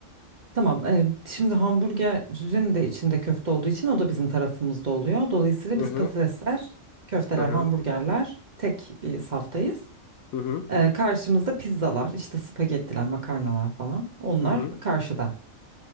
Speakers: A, on the right (about 35°); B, on the left (about 80°).
A: Tamam. e, şimdi hamburgerin de içinde köfte olduğu için o da bizim tarafımızda oluyor. Dolayısıyla
B: Hı
A: biz
B: hı.
A: patatesler, köfteler,
B: Hı hı.
A: hamburgerler tek bir saftayız.
B: Hı hı.
A: E, karşımızda pizzalar, işte spagettiler, makarnalar falan. Onlar
B: Hı hı.
A: karşıda.